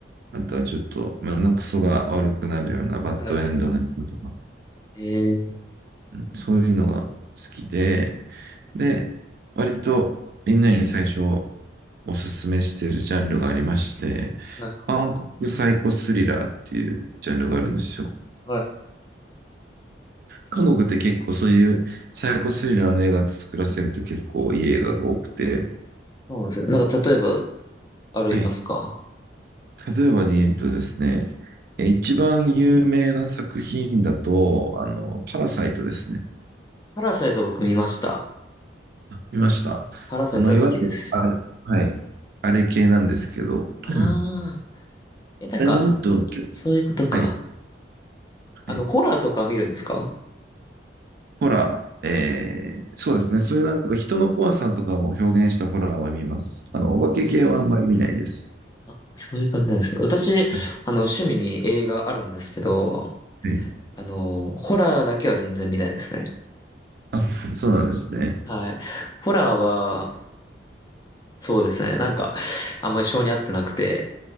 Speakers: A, on the right (about 55°); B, on the left (about 20°).
A: あとはちょっと胸くそが悪くなるようなバッドエンドの映画とか、
B: はい。えー、
A: うんそういうのが好きで、で、割とみんなに最初おすすめしてるジャンルがありまして、
B: はい
A: 韓国サイコスリラーっていうジャンルがあるんですよ。
B: はい。
A: 韓国って結構そういうサイコスリラーの映画作らせると結構いい映画が多くて、
B: そうなんですね。なんか例えば、あるいますか
A: はい。例えばで言うとですね、え一番有名な作品だと、あの、パラサイトですね。
B: パラサイト僕見ました。
A: 見ましたあの、
B: パラサイトが好きです。
A: いわゆる、あれ、はい、あれ系なんですけど、
B: ああ。
A: うん
B: え、なんか、
A: あれのもっと、け
B: そういうことか。
A: はい、
B: あの、
A: はい、
B: ホラーとか見るんですか
A: ホラー、えーそうですね、そういうなんか人の怖さとかを表現したホラーは見ます。あの、お化け系はあんまり見ないです。
B: あーそういう感じなんですね。私、
A: はい。
B: あの、趣味に映画あるんですけど、
A: はい
B: あの、ホラーだけは全然見ないですね。
A: あ、そうなんですね。
B: はい。ホラーは、そうですね。なんか、あんまり性に合ってなくて、